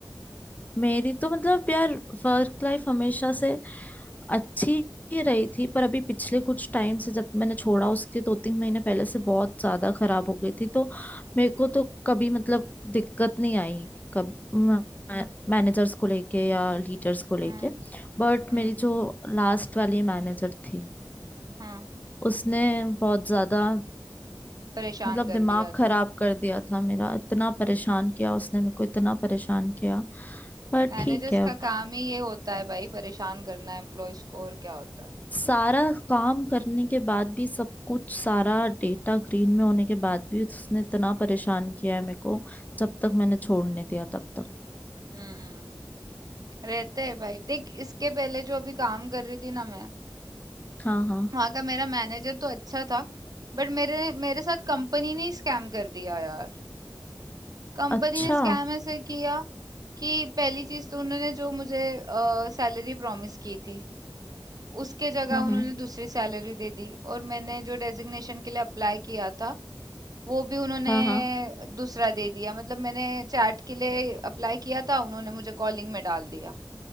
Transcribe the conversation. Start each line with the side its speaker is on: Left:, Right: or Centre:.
Left: मेरी तो मतलब यार वर्क लाइफ हमेशा से अच्छी ही रही थी पर अभी पिछले कुछ टाइम से जब मैंने छोड़ा उसके दो तीन महीने पहले से बहुत ज्यादा खराब हो गई थी तो मेरे को तो कभी मतलब दिक्कत नहीं आई कब मैनेजर्स को लेके या लीडर्स को लेके
Right: हम्म
Left: बट
Right: हम्म
Left: मेरी जो लास्ट वाली मैनेजर थी
Right: हम्म
Left: उसने बहुत ज्यादा
Right: परेशान
Left: मतलब
Right: कर
Left: दिमाग
Right: दिया
Left: खराब
Right: था
Left: कर दिया था मेरा इतना परेशान किया उसने मेरे को इतना परेशान किया पर
Right: मैनेजर्स
Left: ठीक है अब
Right: का काम ही ये होता है भाई परेशान करना एम्प्लॉयज को और क्या होता है
Left: सारा काम करने के बाद भी सब कुछ सारा डेटा ग्रीन में होने के बाद भी उसने इतना परेशान किया है मेरे को जब तक मैंने छोड़ने दिया तब तक
Right: हम्म रहते हैं भाई देख इसके पहले जो अभी काम कर रही थी ना मैं
Left: हाँ हाँ
Right: वहां का मेरा मैनेजर तो अच्छा था बट मेरे मेरे साथ कंपनी ने स्कैम कर दिया यार कंपनी
Left: अच्छा
Right: ने स्कैम ऐसे किया कि पहली चीज तो उन्होंने जो मुझे सैलरी प्रॉमिस की थी उसके जगह
Left: हम्म
Right: उन्होंने
Left: हम्म
Right: दूसरी सैलरी दे दी और मैंने जो डेजिग्नेशन के लिए अप्लाई किया था वो भी उन्होंने
Left: हाँ हाँ
Right: दूसरा दे दिया मतलब मैंने चैट के लिए अप्लाई किया था उन्होंने मुझे कॉलिंग में डाल दिया